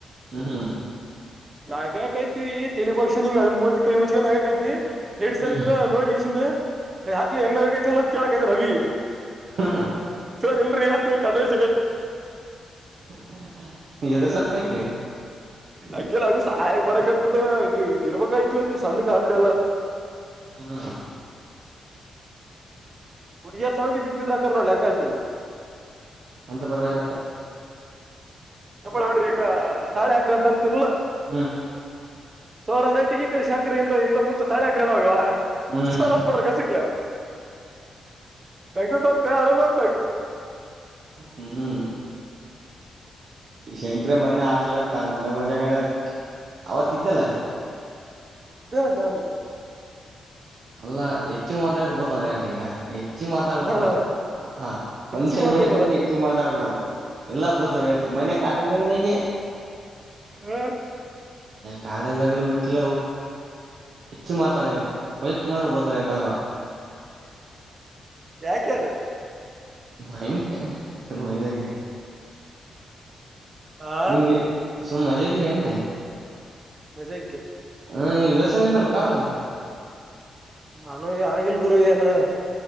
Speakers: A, on the right; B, on the right.
A: ಹ್ಮ್ ಹ್ಮ
B: ನಾಗಾಕೈತಿವಿ ತಲಿ ಬಕ್ಷಿವ ಕೈ ಮುಂಚಗ ನಾಗಕೈಐತಿನಿ ಎರಡ್
A: ಹ್ಮ್
B: ಸರ್ ಇದ್ರ ನೋಡಿನ್ ಅಯ್ ಹಾಕ್ಲಿ ಹೆಂಗ ಚಂದ ಕೇಳಕ್ೈತ್ ರವಿ
A: ಹ್ಮ್
B: ಸರ್ ಇಲ್ೀ
A: ಹ್ಮ್ ನೀ ಎರ್ನ್ನ ನಿಕ್ರಿ
B: ಅಗೆಲ್ಲ ಅಗು ಸಹಾಯಗ್ ಬರಕ್ತ್ ಬಿಿಟ್ಟ ಇರ್ಬ ಆತಿವಕ ಸಣ್ಣಕ್ ಆಬಿಡಲ್ಲ
A: ಹ್ಮ
B: ಹುಡುಗಿಯರ ಸಮೇತ ಬಿದ್ದು ಬಿದ್ದು ನಕ್ಕರಾ ಲೆಕ್ಕ ನೀ
A: ಅಂತ ಬವಾಜ
B: ಚಪ್ಪಳ ಹೊಡ್ರಿ ಈಗ ತಾಳೆ ಹಾಕ್ರಿ ಅಂತ ಅಂತ ತಿನ್ಲ
A: ಹ್ಮ್
B: ಸೋರ ನೈಟಿಗೆಿ ಈಡಿ ಶಂಕರಿಯಿಂದ ಕುಂಂತ ತಾಳ್ಯಾಗ್ರಹಣವುವ
A: ಹ್ಮ್
B: ಹಸಾರನ್ ಪಡ ಕಸುಕ್ಲ ನ ಪಾರತೇ ಅಳಮಾರ
A: ಹ್ಮ್ ಶಂಕರ ಮನೆ ಆಲ ಕಂಡ ಮಜೆ ಕಡೆ ಅವವ ತಿಲ್ಲ
B: ಇದ್ದ ನಾನು
A: ಅಲ್ಲಾ ಹೆಚ್ಚು ಮಾತಾಡಿ ಪತೋಣ ಯಟಿ ಹೆ ಹೆಚ್ಚಿ ಮಾತಾಡ್ಬಾರಡ್ದ
B: ಹಾ
A: ಹ ಫಂಕ್ಷನ್
B: ಹಚ್ಚಿ ಮಾತಾಡ್ಬೇಡ
A: ಮಾಡಿದಂಗೆ ಹೆಚ್ಚಿ ಮಾತಾಡ್ಬಾರಡ್ದ ಎಲ್ಲಾ ಬಳತ ಎಷ್ಟು ಮನೆ ಕಾಲಿಂದದಾಗ ನಂಗೆ
B: ಹ್ಮ
A: ಕಾಲೇ ಜಗ ಬಿಟ್ಟಲ ಹೆಚ್ಚು ಮಾತ್ರಡಂಗಿಲ್ಲ ಬೈನಾರು ಒಳತ ಕೇಟಾರಾ
B: ಯಾಕೆದ
A: ಮಯಗೆ ಮಜಾ ಆ
B: ಆ
A: ನಿಂಗೆ ಸುಮಮ್ಮಜಗಗಂಡೆ
B: ಮಜೆ
A: ಹ್ಮ ವ್ಯವಸಾಯನು ಕಾಲು
B: ನಾನು ಆಗಿಲ್ ಗುರು ಏನ